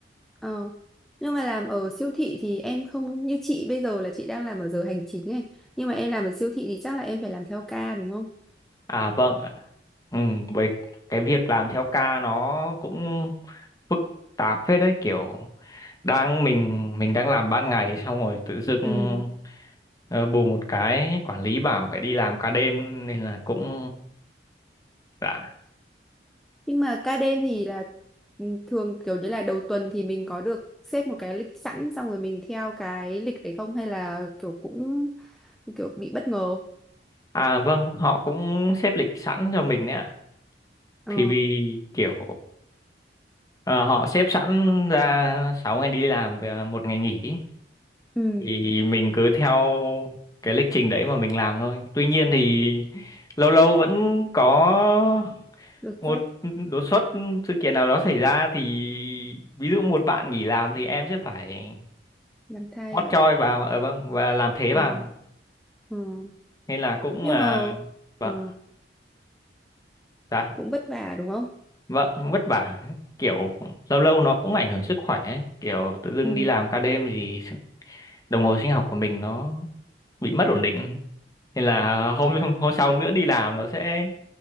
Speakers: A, in the centre; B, on the left (about 20°).
A: ờ. Nhưng mà làm ở siêu thị thì em không như chị bây giờ là chị đang làm ở giờ hành chính ấy. Nhưng mà em làm ở siêu thị thì chắc là em phải làm theo ca đúng không?
B: à vâng ạ. ừ, với cái việc làm theo ca nó cũng phức tạp phết đấy kiểu đang mình mình đang làm ban ngày xong rồi tự dưng
A: Ừ.
B: ờ, bù một cái quản lý bảo phải đi làm ca đêm nên là cũng đã
A: Nhưng mà ca đêm thì là ừ, thường kiểu như là đầu tuần thì mình có được xếp một cái lịch sẵn xong rồi mình theo cái lịch đấy không hay là kiểu cũng kiểu bị bất ngờ.
B: à vâng họ cũng xếp lịch sẵn cho mình đấy ạ
A: Ờ,
B: thì vì kiểu ờ, họ xếp sẵn ra 6 ngày đi làm và một ngày nghỉ
A: ừ,
B: thì mình cứ theo cái lịch trình đấy mà mình làm thôi tuy nhiên thì lâu lâu vẫn có
A: đột
B: một
A: xuất
B: đột xuất sự kiện nào đó xảy ra thì ví dụ một bạn nghỉ làm thì em sẽ phải
A: làm thai
B: hot
A: à?
B: choi vào ờ vâng và làm thế
A: Ờ,
B: vào
A: ừ.
B: nên là cũng
A: Nhưng
B: à,
A: mà
B: vâng
A: ừ,
B: dạ
A: cũng vất vả đúng không?
B: vâng vất vả kiểu lâu lâu nó cũng ảnh hưởng sức khỏe ấy. kiểu tự dưng
A: Ừ,
B: đi làm ca đêm thì s- đồng hồ sinh học của mình nó bị mất ổn định nên là <laughs> hôm hôm sau nữa đi làm nó sẽ